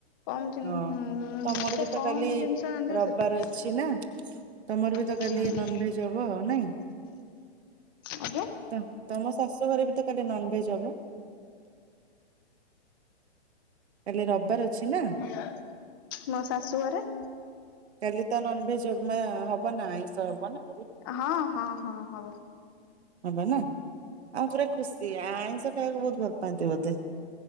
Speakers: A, on the left (about 20°); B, on the right (about 70°).
A: କମ
B: ହଁ, ତମର
A: ଯେତେ
B: ବି ତ
A: କମ
B: କାଲି
A: ଜିନିଷ ରାନ୍ଧିବ
B: ରବିବାର
A: ସେତେ ଟେଷ୍ଟ
B: ଅଛି ନା। ତମର ବି
A: ହୁଁ।
B: ତ କାଲି ନନ୍ ଭେଜ ହବ ଆଉ ନାଇଁ।
A: ଆଜ୍ଞା
B: ତ-ତମ ଶାଶୁଘର ରେ ବିତ ନନ୍ ଭେଜ ହବ? କାଲି ରବିବାର ଅଛି ନା
A: ମୋ ଶାଶୁ ଘରେ
B: କାଲି ତ ନନ୍ ଭେଜ ହବା ହବ ନା ଆଇଁଷ ହବନା?
A: ହଁ ହଁ ହଁ ହବ।
B: ହବା ନା ଆଉ ପୁରା ଖୁସି! ଆ-ଆଇଁଷ ଖାଇବାକୁ ବହୁତ ଭଲ ପାଆନ୍ତି ବୋଧେ!